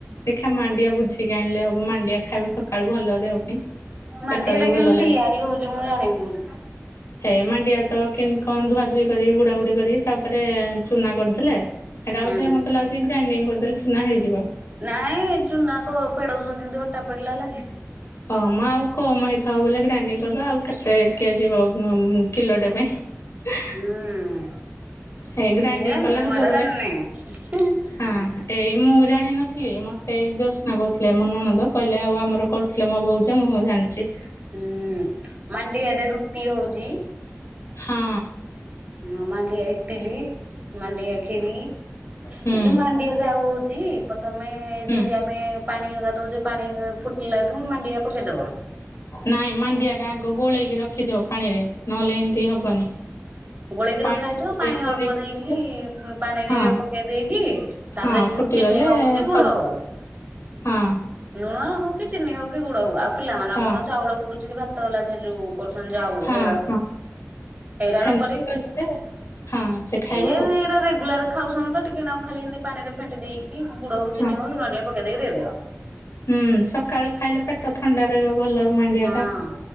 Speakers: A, on the left (about 65°); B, on the right (about 30°).
A: ଦେଖା ମାଣ୍ଡିଆ ବୁଝିକି ଆଣିଲେ ହବ, ମାଣ୍ଡିଆ ଖାଇବ ସକାଳୁ ଭଲ ଦେହ ପାଇଁ।
B: ମଣ୍ଡଆଟା
A: ପେଟ ବି ଭଲ
B: କମ୍ତି
A: ଲାଗେ
B: ତିଆରି ହଉଚି, ମୁଁ ଜାଣିନି।
A: ହେ ମାଣ୍ଡିଆ ତ କିନ୍ କଣ ଧୁଆ ଧୁଇ କରି ଗୁଡା ଗୁଡି କରି ତାପରେ ଚୁନା କରିଦେଲେ, ସେଟା
B: ହୁଁ
A: ବୋଧେ <unintelligible> <unintelligible> ଲାଗୁଚି ଗ୍ରାଇଣ୍ଡିଙ୍ଗ କରିଦେଲେ <unintelligible> ହେଇଯିବ।
B: ନାଇଁ ଚୁନା କ ପେଡଉଚନ୍ତି, ଯେମ୍ତି ଅଟା ପେଡିଲା ଲାଗେ।
A: ହଁ ମ ଆଉ କମ୍ ହେଇଥାଉ ବୋଲେକେ ଗ୍ରାଇଣ୍ଡିଙ୍ଗ କରିଦବା, ଆଉ କେତେ କିଏ ଯିବ କିଲଟେ ପାଇଁ। <inaudible>
B: ହୁଁ <unintelligible>
A: ହେଇ
B: ମୁଁ
A: ଗ୍ରାଇଣ୍ଡିଙ୍ଗ କଲେ ହବ
B: <unintelligible>
A: ବୋଲେ
B: ଜାଣିନି।
A: ହଁ ଏଇ ମୁଁ ଜାଣିନଥିଲି ମତେ ଏଇ ଜୋସ୍ନା କହୁଥିଲେ ମୋ ନଣଦ, କହିଲେ ଆଉ ଆମର <unintelligible> <unintelligible> ମୋ <unintelligible> ମୁଁ ସବୁ ଜାଣିଚି।
B: ହୁଁ, ମାଣ୍ଡିଆ ରେ ରୁଟି ହଉଚି।
A: ହଁ।
B: ହଁ ମାଣ୍ଡିଆ ଇଟିଲି, ମାଣ୍ଡିଆ କ୍ଷୀରି ଏଯୋଉ
A: ହୁଁ
B: ମାଣ୍ଡିଆ ଯାଉ ହଉଚି ପ୍ରଥମେ
A: ହୁଁ
B: ଯେମ୍ତି ଆମେ ପାଣି <unintelligible> ଦଉଚେ ପାଣି ଫୁଟିଲାଠୁ ମାଣ୍ଡିଆ ପକେଇ ଦେବ।
A: ନାଇଁ ମାଣ୍ଡିଆଟା ଆଗ ଗୋଳେଇକି ରଖିଥିବ ପାଣିରେ ନହେଲେ ଏନ୍ତି ହବନି।
B: ଗୋଳେଇକି
A: ପାଣିରେ
B: ରଖା ହେଇଥିବ,
A: ଟିକେ
B: ପାଣି
A: ଗୋଳେଇକି
B: ଅଳ୍ପ ଦେଇକି
A: ରଖିଥିବ
B: ପାଣିରେ
A: ହଁ
B: ପକେଇ ଦେଇକି
A: ହଁ,
B: ତାପରେ
A: ଫୁଟିଗଲେ
B: ଚିନି ହଉ କି ଗୁଡ
A: <unintelligible>
B: ହଉ
A: ହଁ।
B: ଲୁଣ ହଉ କି ଚିନି ହଉ କି ଗୁଡ ହଉ ଆଉ ପିଲାମାନଙ୍କ
A: ହଁ
B: ଚାଉଳ ପଡୁଚି କି ଭାତ ଗଲା ସେ ଯୋଉ କରୁଚନ୍ତି ଯାଉ,
A: ହଁ
B: ହେରା ହେରା
A: ସେମିତି
B: ନ କରି <unintelligible>
A: କରିଦେଲେ
B: <unintelligible>
A: ହଁ ସେ ଖାଇବ ଆଉ
B: ରେଗୁଲାର୍ ଖାଉଚନ୍ତି ତ ଟିକେ ନାଗୁ ଖାଲି ଏନ୍ତି ପାଣିରେ ଫେନ୍ଟି ଦେଇକି ଗୁଡ ହଉ
A: ହଁ
B: ଚିନି ହଉ ଲୁଣ ଟିକେ ପକେଇ ଦେଇକି ଦେଇ ଦିଅ।
A: ହୁଁ ସକାଳୁ ଖାଇଲେ ପେଟ ଥଣ୍ଡା ରହିବ ଭଲ ମାଣ୍ଡିଆ
B: ହଁ
A: ଟା।